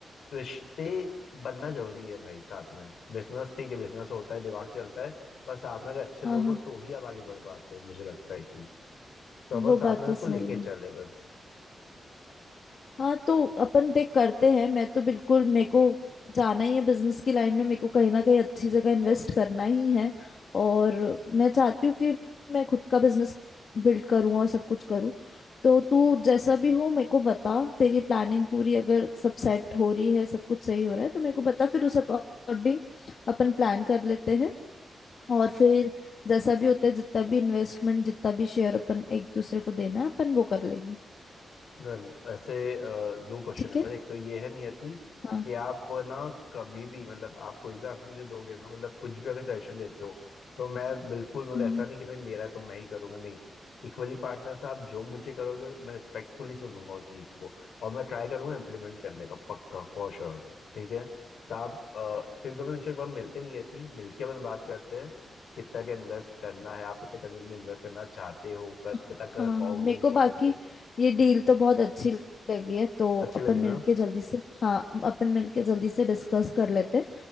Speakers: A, on the left (about 80°); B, on the left (about 60°).
A: रिश्ते बनना जरूरी है भाई साथ में बिजनेस ठीक है बिजनेस होता है दिमाग चलता है पर साथ में अगर अच्छे
B: हाँ
A: लोग
B: हाँ
A: हो
B: हाँ,
A: तो ही आप आगे बढ़ पाते हो मुझे लगता है चीज तो अपन
B: वो
A: साथ
B: बात
A: में
B: तो
A: सबको
B: सही
A: लेके
B: है
A: चले बस
B: हाँ तो अपन देख करते हैं मैं तो बिल्कुल मेरे को जाना ही है बिजनेस की लाइन में मेरे को कहीं ना कहीं अच्छी जगह इन्वेस्ट करना ही है और मैं चाहती हूँ कि मैं खुद का बिजनेस बिल्ड करूँ और सब कुछ करूँ तो तू जैसा भी हो मेरे को बता तेरी प्लानिंग पूरी अगर सब सेट हो रही है सब कुछ सही हो रहा है तो मेरे को बता फिर उस अकॉर्डिंग अपन प्लान कर लेते हैं और फिर जैसा भी होता है जितना भी इन्वेस्टमेंट जितना भी शेयर अपन एक दूसरे को देना है अपन वो कर लेंगे
A: डन वैसे अ, दो क्वेश्चन
B: ठीक
A: है
B: है
A: बस एक तो ये है नियति
B: हाँ
A: कि आप ना कभी भी मतलब आप कोई भी आंसर मुझे दोगे ना मतलब कुछ भी अगर सजेशन देते हो तो मैं बिल्कुल मतलब
B: हम्म
A: ऐसा
B: हम्म।
A: नहीं कि भाई मेरा है तो मैं ही करूंगा नहीं इक्वली पार्टनर से आप जो मुझे करोगे मैं रिस्पेक्टफुली सुनूंगा वो चीज़ को और मैं ट्राई करूंगा इम्प्लीमेंट करने का पक्का फॉर श्योर ठीक है तो आप अ, फिर भी अपन इंश्योर एक बार मिलते हैं नियति मिलके अपन बात करते हैं कितना का इन्वेस्ट करना है आप कितने कन्वीनियंट इन्वेस्ट करना चाहते हो कर
B: हाँ
A: कितना कर पाओगे
B: हाँ मेरे
A: इम्पोर्टेंट
B: को बाकी
A: है
B: ये डील तो बहुत अच्छी लगी है तो
A: अच्छी
B: अपन
A: लगी
B: मिलके
A: ना
B: जल्दी से हाँ अपन मिलके जल्दी से डिस्कस कर लेते हैं